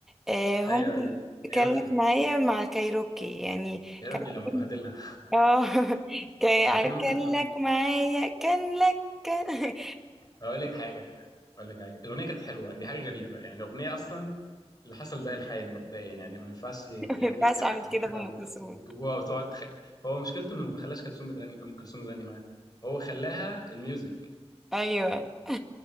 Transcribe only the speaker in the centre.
آه هم
كان لك معايا مع الكايروكي يعني
كان
عاملين-
اه <laughs> كان
كان
لك معايا كان لك كان
<laughs>
ما
ينفعش
اعمل
كده في
ام
كلثوم
ايوه <laughs>